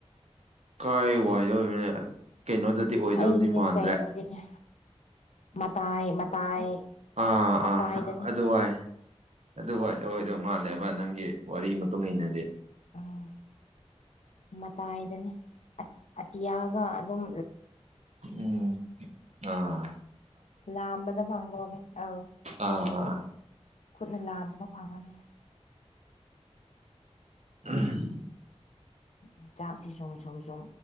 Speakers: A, on the right; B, on the left.
A: ꯀꯥꯏ ꯋꯥꯏꯗꯧꯕꯅ ꯀꯩꯅꯣꯗꯗꯤ ꯑꯣꯏꯗꯧꯗꯤ
B: ꯑꯩꯁꯦ
A: ꯃꯥꯟꯗ꯭ꯔꯦ
B: ꯀꯩꯅꯣꯒꯤꯅꯦ ꯃꯇꯥꯏ ꯃꯇꯥꯏ
A: ꯑꯥ
B: ꯃꯇꯥꯏꯗꯅꯤ
A: ꯑꯥ ꯑꯗꯨꯋꯥꯏ ꯑꯗꯨ ꯋꯥꯏꯗ ꯑꯣꯏꯗꯧ ꯃꯥꯜꯂꯦꯕ ꯅꯪꯒꯤ ꯋꯥꯔꯤꯒꯤ ꯃꯇꯨꯡ ꯏꯟꯅꯗꯤ
B: ꯎꯝ ꯃꯇꯥꯏꯗꯅꯦ ꯑꯇꯤꯌꯥꯒ ꯑꯗꯨꯝ
A: ꯎꯝ ꯑ
B: ꯂ ꯑꯥꯟꯕꯗ ꯐꯥꯡꯗꯣꯔꯦ ꯑ
A: ꯑꯥ
B: ꯈꯨꯠꯅ ꯂꯥꯝꯕꯗ ꯐꯪꯉꯅꯤ
A: ꯎꯝ
B: ꯎ ꯆꯥꯛꯁꯤ ꯁꯨꯝ ꯁꯨꯝ ꯁꯨꯝ